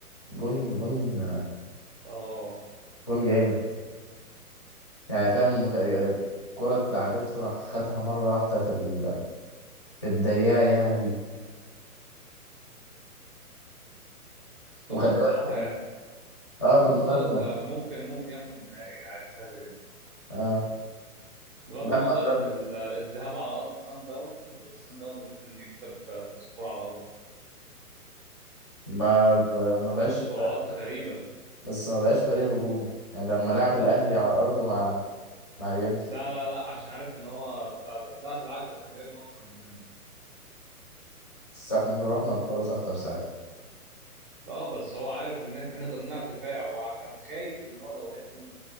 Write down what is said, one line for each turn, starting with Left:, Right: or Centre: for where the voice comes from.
Left: جون جون
Right: اه
Left: جون جامد يعني فاهم غ- كرة اتلعبته راح خدها مرة واحدة في ال... في الدقيقة يا هوي
Right: بس
Left: وخلي
Right: هما بصراحه
Left: بالك
Right: يعني
Left: اه
Right: على
Left: بالمناسبة
Right: فكره سان داونز ممكن ممكن ياخد النهائي عادي سهله جدا
Left: اه
Right: بغض
Left: ده
Right: النظر
Left: ما
Right: ان ال- الذهاب على ارض سان داونز بس سان داونز ممكن يكسب بسكور على ارضه
Left: ما ب... ما بقاش
Right: عنده سرعات غريبة
Left: بس ما بقاش فريق هجومي يعني لما لعب الأهلي على أرضه ما ما هاجمش
Right: لا لا لا عشان عارف ان هو بتاع ده لا بالعكس ده كان بيهاجم اكتر مننا
Left: بس احنا رحنا بفرص أخطر ساعتها
Right: لا بس هو عارف ان احنا كنا بنلعب دفاع وكان خايف ان هو لو هاجم